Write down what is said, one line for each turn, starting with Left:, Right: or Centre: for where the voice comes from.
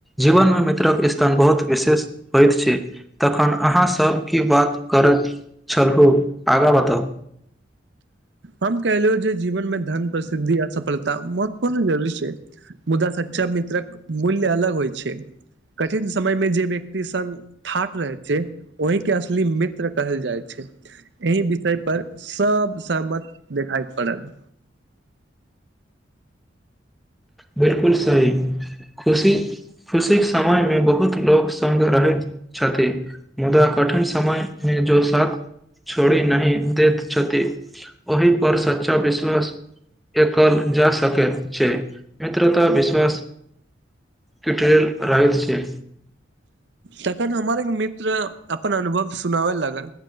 Centre: जीवनमे मित्रक स््तान बहुत विशेष होइत छै तखन अहाँ सब की बात करैत छलहु आगा बताउ
Right: हम कहलियौ जे जीवन मे धन प्रसिद्धि आ सफलता महत्वपूर्ण जरूी छै मुदा सच्षा मित्रक मूल्य अलग होइ छै कठिन समय मे जे व्यक्ति स ठाठ रहै छै ओहि के असली मित्र कहल जाइ छै एहि विषय पर सब सहमत देखाइ पड़ल
Centre: बिलकुल सही खुशी खुशीक के समय मे बहुत लोक सब रहैत छथि मुदा कठिन समय मे जो साथ छोड़ी नहिह दैत छथि ओहि पर सच्चा विश्वास एकल जा सकैत छै मित्रता विश्वास कठल राहल छै
Right: तखन हमर एक मित्र अपन अनुभव सुनाबय लगल